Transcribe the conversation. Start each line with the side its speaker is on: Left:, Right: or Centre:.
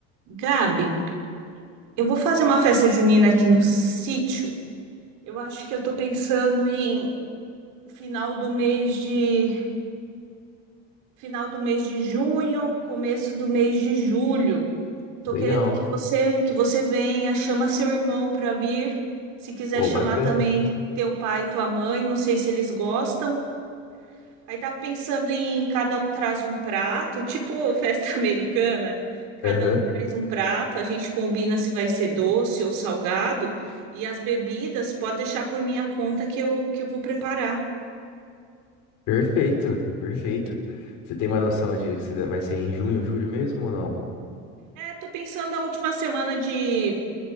Right: Gabi, eu vou fazer uma festa junina aqui no sítio. Eu acho que eu tô pensando em final do mês de final do mês de junho, começo do mês de julho. Tô
Left: Legal.
Right: querendo que você que você venha, chama seu irmão para vir. Se quiser
Left: Ô,
Right: chamar
Left: bacana.
Right: também teu pai e tua mãe, não sei se eles gostam. Aí tava pensando em cada um traz um prato, tipo <laughs> festa americana. Cada
Left: Aham,
Right: um traz um prato, a gente combina se vai ser doce ou salgado, e as bebidas pode deixar por minha conta que eu, que eu vou preparar.
Left: Perfeito, perfeito. Você tem uma noção de se vai ser em junho, julho mesmo ou não?
Right: É, tô pensando a última semana de,